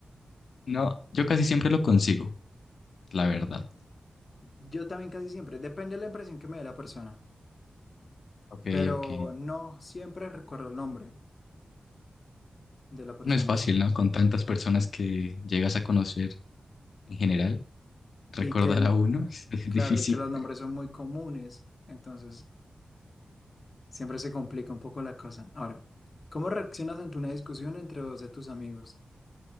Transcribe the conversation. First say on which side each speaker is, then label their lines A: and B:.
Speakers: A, on the left; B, on the left.
A: No, yo casi siempre lo consigo, la verdad.
B: Yo también casi siempre. Depende de la impresión que me dé la persona,
A: Ok,
B: pero
A: ok.
B: no siempre recuerdo el nombre de la persona,
A: No es fácil,
B: sí.
A: ¿no? Con tantas personas que llegas a conocer en general, recordar
B: Y que el-
A: a uno <laughs> es
B: Claro,
A: difícil.
B: y que los nombres son muy comunes, entonces siempre se complica un poco la cosa. Ahora, ¿cómo reaccionas ante una discusión entre dos de tus amigos?